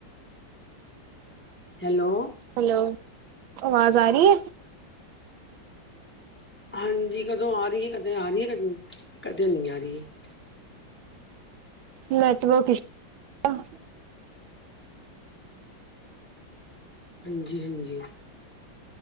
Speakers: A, in the centre; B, on the right (about 85°).
A: ਹੈਲੋ
B: ਹੈਲੋ ਆਵਾਜ਼ ਆ ਰਹੀ ਹੈ
A: ਹਾਂਜੀ ਕਦੋਂ ਆ ਰਹੀ ਹੈ ਕਦੇ ਆ ਰਹੀ ਹੈ ਕਦੇ ਕਦੇ ਨਹੀਂ ਆ ਰਹੀ ਹੈ
B: ਨੈਟਵਰਕ ਆਹ
A: ਹਾਂਜੀ ਹਾਂਜੀ